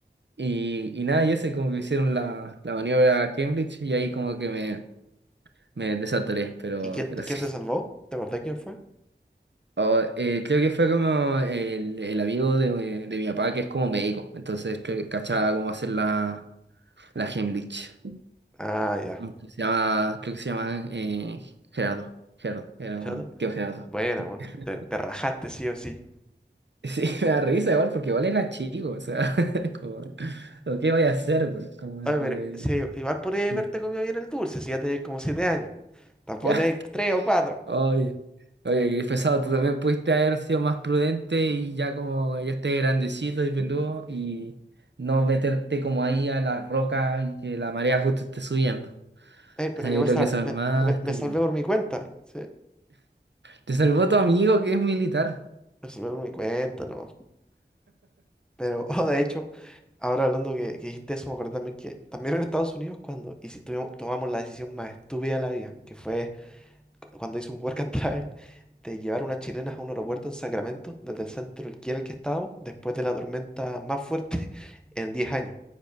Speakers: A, on the right; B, in the centre.
A: Y, y nada, y ese como que hicieron la, la maniobra Cambridge, y ahí como que me, me desatoré, pero,
B: ¿Y quién,
A: pero
B: te-
A: sí.
B: quién te salvó? ¿Te acordás quién fue?
A: Oh, eh, creo que fue como el, el amigo de, de mi papá que es como médico, entonces creo que cachaba cómo hacer la, la Heimlich.
B: Ah, ya.
A: Mm, Que Se llama, creo que se llama eh, Gerardo. Gerardo, era
B: ¿Chato?
A: un tío Gerardo.
B: Buena,
A: Sí.
B: bueno,
A: <laughs>
B: te, te rajaste sí o sí.
A: Sí, me da risa igual porque igual era chico, o sea, <laughs> como, ¿lo que voy a hacer, güey? Como
B: Oye,
A: que...
B: pero sí, igual podría haberte
A: ah,
B: comido bien el dulce si ya tenés como siete años. Tampoco
A: Ya.
B: tenés tres o cuatro.
A: Oye, oye, qué pesado, tú también pudiste haber sido más prudente y ya como ya estés grandecito y peludo y no meterte como ahí a la roca y que la marea justo esté subiendo.
B: Ey, pero
A: O sea,
B: yo
A: yo
B: me,
A: creo
B: sal-
A: que eso es
B: me,
A: más
B: me-
A: estúpido.
B: me salvé por mi cuenta. Sí,
A: Te salvó tu amigo que es militar.
B: me salvé por mi cuenta, no. Pero, <laughs> oh, de hecho, ahora hablando que, que dijiste eso, me acordé también que también en Estados Unidos, cuando y si tuvimos- tomamos la decisión más estúpida de la vida, que fue cuando hice un work and travel, de llevar unas chilenas a un aeropuerto en Sacramento, desde el centro aquí en el que estábamos, después de la tormenta más fuerte <laughs> en 10 años,